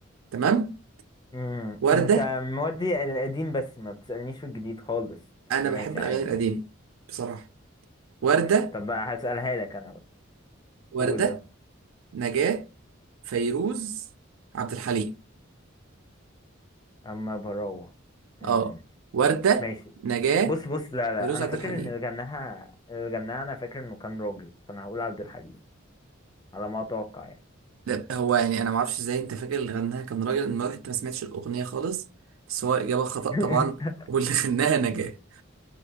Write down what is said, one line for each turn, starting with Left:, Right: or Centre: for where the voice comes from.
Right: تمام
Left: امم
Right: ورده
Left: انت مودي القديم بس ما بتسألنيش في الجديد خالص
Right: انا
Left: بس ماشي
Right: بحب الاغاني
Left: عادي
Right: القديمه
Left: يعني
Right: بصراحه ورده
Left: ماشي طب بقى هسألها لك انا بقى
Right: ورده
Left: قول يلا
Right: نجاه فيروز عبد الحليم
Left: اما بروح امم
Right: اه ورده
Left: ماشي
Right: نجاه
Left: بص بص لا لا
Right: فيروز
Left: انا
Right: عبد
Left: فاكر
Right: الحليم
Left: ان اللي غناها اللي غناها انا فاكر انه كان راجل فانا هقول عبد الحليم على ما اتوقع يعني
Right: ده هو يعني انا ما اعرفش ازاي انت فاكر اللي غناها كان راجل المره انت ما سمعتش الاغنيه خالص بس هو اجابه خطا
Left: <laughs>
Right: طبعا واللي <laughs> غناها نجاه